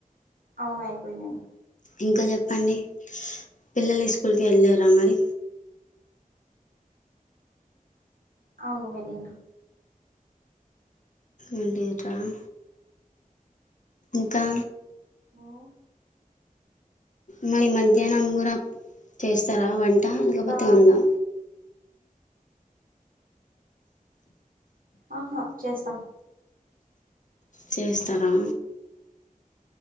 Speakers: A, on the right; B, on the left.
A: అవున అయిపోయినాయి
B: ఇంకా చెప్పండి పిల్లలు ఈస్కూల్కి వెళ్ళరా మరి
A: అవును వెళ్ళిరూ
B: ఏండరా <unintelligible> ఇంకా
A: హా
B: మరి మధ్యాహ్నం కూడా చేస్తారా వంట
A: ఇంకా
B: లేకపోతే ఉందా
A: ఆహా చేస్తాం
B: చేస్తారా